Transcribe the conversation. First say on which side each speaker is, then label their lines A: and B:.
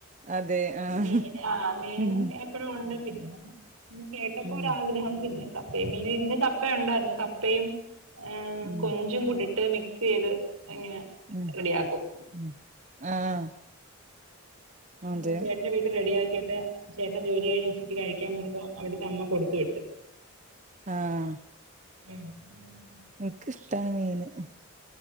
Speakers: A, on the right; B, on the right.
A: അതെ ആഹ്
B: മീൻ ആ മീൻ
A: ഉം
B: എപ്പോഴും ഉണ്ട് പിന്നെ പിന്നെ കേട്ടപ്പോ
A: ഉം
B: ഒരാഗ്രഹം <unintelligible> <unintelligible> മീനും ഇന്ന് കപ്പയുണ്ടായിരുന്നു കപ്പയും, ആ
A: ഉം
B: കൊഞ്ചും കുടി ട്ട് മിക്സെയ്ത് ഇങ്ങനെ
A: ഉം
B: റെഡിയാക്കും
A: ഉം ആഹ് അതെ
B: മ് ചേട്ടന്റെ വീട്ടിൽ റെഡിയാക്കി കേട്ട ചേട്ടൻ ജോലി കഴിഞ്ഞ് ഉച്ചിക്ക് കഴിക്കാൻ വന്നപ്പോ അവിടുത്തെ അമ്മ കൊടുത്തു വിട്ട്
A: ആഹ്
B: മ് മ്
A: ഇൻക്ക് ഇഷ്ടാണ് മീന് ഹ്